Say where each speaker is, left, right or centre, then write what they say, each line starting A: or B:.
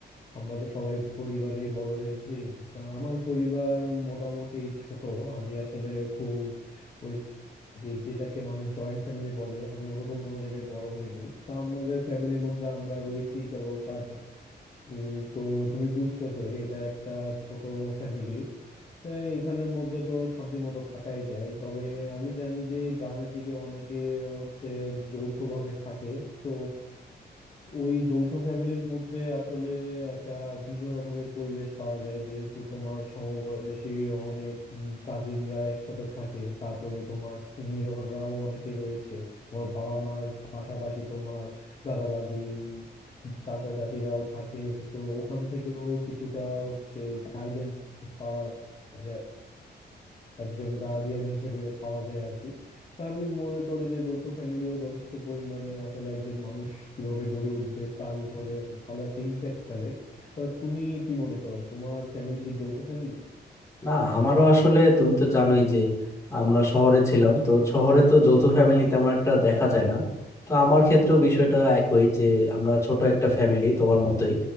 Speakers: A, on the left; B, on the left.
A: আমরা তো সবাই পরিবারে বড় হয়েছি তা আমার পরিবার মোটামুটি ছোট আমি আসলে খুব ওই যে যেটাকে মানুষ জয়েন্ট ফ্যামিলি বলে আমি ওরকম কোনো জায়গায় বড় হইনি তা আমাদের ফ্যামিলির মধ্যে আমরা রয়েছি কেবল চারজন তো তো তুমি বুঝতেছোই এটা একটা ছোট ফ্যামিলি তো এইখানের মধ্যে তো শান্তি মতো থাকাই যায় তবে আমি জানি যে গ্রামের দিকে অনেকে হচ্ছে যৌথভাবে থাকে তো ওই যৌথ ফ্যামিলির মধ্যে আসলে একটা ভিন্ন রকমের পরিবেশ পাওয়া যায় যেহেতু তোমার সমবয়সী অনেক কাজিনরা একসাথে থাকে তারপরে তোমার সিনিয়ররাও অনেকে রয়েছে তোমার বাবা মার পাশাপাশি তোমার দাদা দাদি উম, চাচা চাচিরাও থাকে তো ওখান থেকেও কিছুটা হচ্ছে গাইডেন্স পাওয়া যায় একজন গার্ডিয়ান হিসেবে পাওয়া যায় আর কি তো আমি মনে করি যে যৌথ ফ্যামিলিও যথেষ্ট পরিমাণে আসলে একজন মানুষ কিভাবে গড়ে উঠবে তার উপরে ভালো একটা ইম্প্যাক্ট ফেলে তা তুমি কি মনে করো তোমার ফ্যামিলি কি যৌথ ফ্যামিলি
B: না আমারও আসলে তুমি তো জানোই যে আমরা শহরে ছিলাম তো শহরে তো যৌথ ফ্যামিলি তেমন একটা দেখা যায় না তো আমার ক্ষেত্রেও বিষয়টা একই যে আমরা ছোট একটা ফ্যামিলি তোমার মতোই